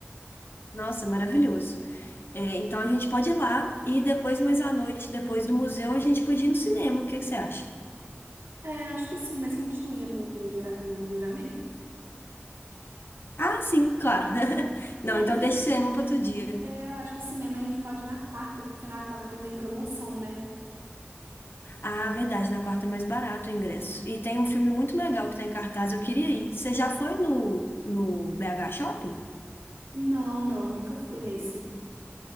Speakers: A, on the left; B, on the right.
A: Nossa, maravilhoso. É, então a gente pode ir lá e depois, mais à noite, depois do museu, a gente podia ir no cinema. O que que você acha?
B: É, acho que sim, mas a gente não ia no, no, jura- no juramento?
A: Ah, sim, claro. <laughs>
B: Não,
A: Não, então
B: mas
A: deixa o cinema para outro dia.
B: É, eu acho que o cinema a gente pode ir na quarta, porque na quarta tem promoção, né?
A: Ah, verdade, na quarta é mais barato o ingresso. E tem um filme muito legal que está em cartaz, eu queria ir. Você já foi no, no BH Shopping?
B: Não, não, nunca fui nesse.